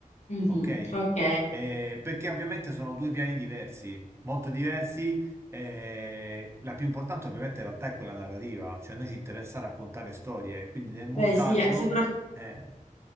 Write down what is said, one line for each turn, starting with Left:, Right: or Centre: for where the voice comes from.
Left: mhm.
Right: ok?
Left: Ok.
Right: Eh, perché ovviamente sono due piani diversi, molto diversi. eh, la più importante ovviamente in realtà è quella narrativa, cioè a noi ci interessa raccontare storie, quindi nel montaggio...
Left: Beh, sì, sopra-
Right: eh,